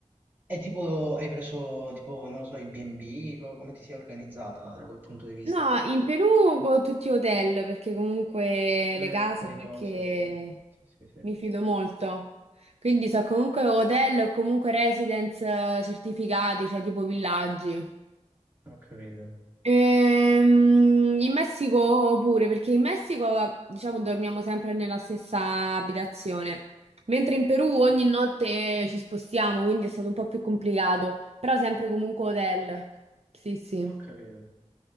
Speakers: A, on the right; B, on the right.
A: E tipo, hai preso, tipo, non lo so, i B&B, co- come ti sei organizzata da quel punto di vista?
B: No, in Perù con tutti hotel, perché comunque
A: Eh,
B: le case
A: è pericoloso,
B: non è che
A: sì. Sì, sì, sì.
B: mi fido molto. Quindi so comunque hotel o comunque residence eh, certificati, cioè tipo villaggi.
A: Ho capito,
B: Ehm, in Messico pure, perché in Messico diciamo dormiamo sempre nella stessa abitazione. Mentre in Perù ogni notte ci spostiamo, quindi è stato un po' più complicato, però sempre comunque hotel. Sì, sì,
A: ho capito.